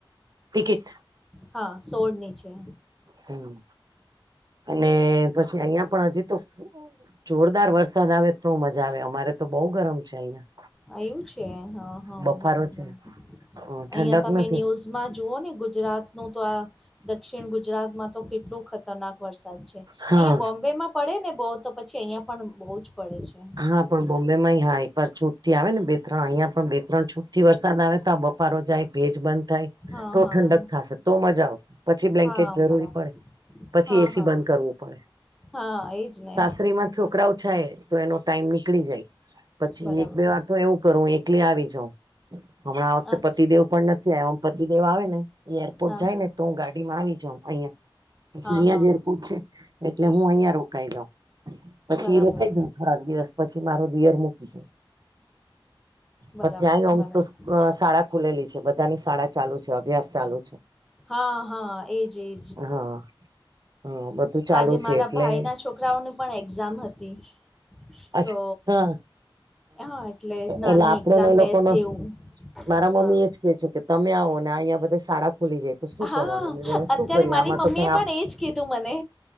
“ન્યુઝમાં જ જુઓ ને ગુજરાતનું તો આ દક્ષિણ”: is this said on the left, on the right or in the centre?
Centre